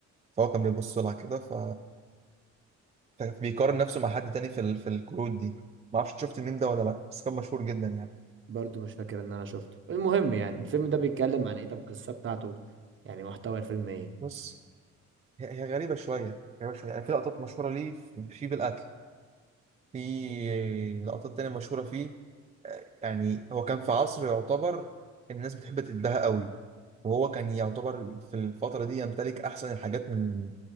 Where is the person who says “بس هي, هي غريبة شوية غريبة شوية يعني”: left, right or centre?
Right